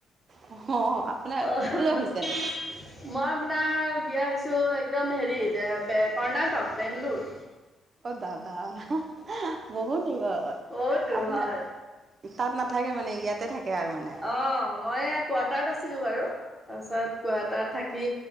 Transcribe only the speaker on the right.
অ' আপোনাৰ
ক'লৈ হৈছেনো
অ', বা-বা, বহুত দূৰত,
আপোনাৰ
তাত নাথাকে মানে, ইয়াতে থাকে আৰু মানে।